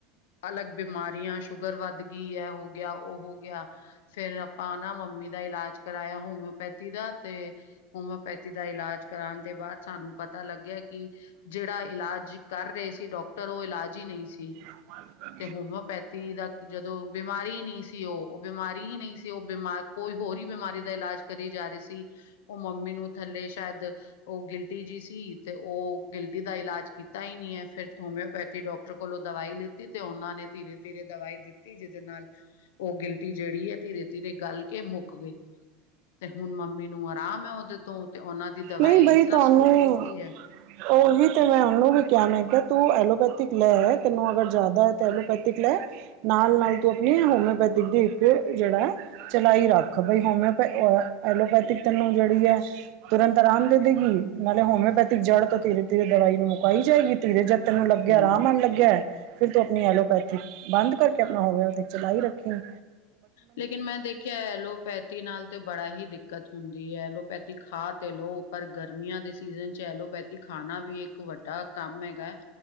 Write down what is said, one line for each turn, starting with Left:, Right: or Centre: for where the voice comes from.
Left: ਅਲੱਗ ਬਿਮਾਰੀਆਂ ਸ਼ੂਗਰ ਵੱਧ ਗਈ ਐ, ਹੋ ਗਿਆ ਉਹ ਹੋ ਗਿਆ, ਫੇਰ ਆਪਾਂ ਨਾ ਮੰਮੀ ਦਾ ਇਲਾਜ ਕਰਾਇਆ ਹੋਮਿਓਪੈਥੀ ਦਾ। ਤੇ ਹੋਮਿਓਪੈਥੀ ਦਾ ਇਲਾਜ ਕਰਾਣ ਦੇ ਬਾਅਦ ਸਾਨੂੰ ਪਤਾ ਲੱਗਿਆ, ਕਿ ਜਿਹੜਾ ਇਲਾਜ ਜੀ ਕਰ ਰਹੇ ਸੀ, ਡਾਕਟਰ ਉਹ ਇਲਾਜ ਹੀ ਨਹੀਂ ਸੀ।
Right: <unintelligible>
Left: ਤੇ ਹੋਮਿਓਪੈਥੀ ਦਾ, ਜਦੋਂ ਬਿਮਾਰੀ ਨਹੀਂ ਸੀ ਉਹ। ਬਿਮਾਰੀ ਹੀ ਨਹੀਂ ਸੀ ਉਹ, ਬਿਮਾ ਕੋਈ ਹੋਰ ਹੀ ਬਿਮਾਰੀ ਦਾ ਇਲਾਜ ਕਰੀ ਜਾ ਰਹੇ ਸੀ। ਉਹ ਮੰਮੀ ਨੂੰ ਥੱਲੇ ਸ਼ਾਇਦ ਉਹ ਗਿਲਟੀ ਜੀ ਸੀ, ਤੇ ਉਹ ਗਿਲਟੀ ਦਾ ਇਲਾਜ ਕੀ ਤਾ ਹੀ ਨਹੀਂ ਹੈ ਫਿਰ ਹੋਮਿਓਪੈਥੀ ਡਾਕਟਰ ਕੋਲੋਂ ਦਵਾਈ ਲਿੱਤੀ, ਤੇ ਉਹਨਾਂ ਨੇ ਧੀਰੇ -ਧੀਰੇ ਦਵਾਈ ਦਿੱਤੀ, ਜਿਹਦੇ ਨਾਲ ਉਹ ਗਿਲਟੀ ਜਿਹੜੀ ਹੈ, ਧੀਰੇ- ਧੀਰੇ ਗਲ ਕੇ ਮੁੱਕ ਗਈ, ਤੇ ਹੁਣ ਮ ਨੂੰ ਆਰਾਮ ਐ ਉਹਦੇ ਤੋਂ, ਤੇ ਉਹਨਾਂ ਦੀ ਦਵਾਈ
Right: ਨਹੀਂ ਬਈ
Left: ਇਸ ਤਰ੍ਹਾਂ
Right: ਤੁਹਾਨੂੰ
Left: ਸੂਟ ਕੀਤੀ ਐ।
Right: ਉਹੀ ਤੇ ਮੈਂ ਉਹਨੂੰ ਵੀ ਕਿਹਾ, ਮੈਂ ਕਿਹਾ ਤੂੰ ਐਲੋਪੈਥ ਲੈ ਹੈ ਤੈਨੂੰ ਅਗਰ ਜ਼ਿਆਦਾ ਤੇ ਐਲੋਪੈਥਿਕ ਲੈ, ਨਾਲ- ਨਾਲ ਤੂੰ ਹੋਮਿਓਪੈਥਿਕ ਦੀ ਇੱਕ ਜਿਹੜਾ ਹੈ ਚਲਾਈ ਰੱਖ, ਬਾਈ ਹੋਮਓ ਐਲੋਪੈਥਿਕ ਜਿਹੜੀ ਹੈ ਤੁਰੰਤ ਆਰਾਮ ਦੇ ਦੇਗੀ, ਨਾਲੇ ਹੋਮਿਓਪੈਥਿਕ ਜੜ ਤੋਂ ਧੀਰੇ- ਧੀਰੇ ਦਵਾਈ ਨੂੰ ਮੁਕਾਈ ਜਾਏਗੀ। ਧੀਰੇ ਜੇ ਤੈਨੂੰ ਲੱਗਿਆ
Left: ਹੂੰ।
Right: ਆਰਾਮ ਆਣ ਲੱਗਿਆ, ਫਿਰ ਤੂੰ ਆਪਣੀ ਐਲੋਪੈਥਿਕ ਬੰਦ ਕਰਕੇ ਆਪਣਾ ਹੋਵੇ ਉਹਦੇ ਚਲਾਈ ਰੱਖੇ।
Left: ਲੇਕਿਨ ਮੈਂ ਦੇਖਿਆ ਐਲੋਪੈਥੀ ਨਾਲ ਤੇ ਬੜਾ ਹੀ ਦਿੱਕਤ ਹੁੰਦੀ ਐ, ਐਲੋਪੈਥੀ ਖਾ ਤੇ ਲਓ, ਪਰ ਗਰਮੀਆਂ ਦੇ ਸੀਜਨ ਚ ਐਲੋਪੈਥੀ ਖਾਣਾ ਵੀ ਇੱਕ ਵੱਡਾ ਕੰਮ ਹੈਗਾ।